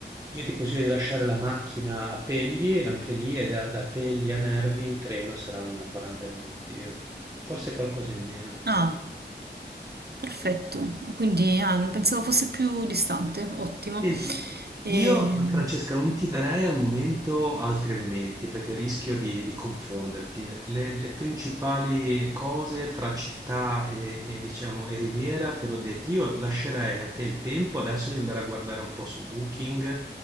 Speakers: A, on the right; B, on the right.
A: io ti consiglio di lasciare la macchina a Pegli, anche lì è da, da Pegli a Nervi in treno saranno 40 minuti, forse qualcosa in meno.
B: Ah, perfetto. Quindi ah, pensavo fosse più distante, ottimo.
A: Senti,
B: Ehm,
A: io Francesca non ti darei al momento altri elementi perché rischio di, di confonderti. Le, le principali cose fra città e, e, diciamo e riviera te l'ho detto, io lascerei a te il tempo adesso di andare a guardare un po' su Booking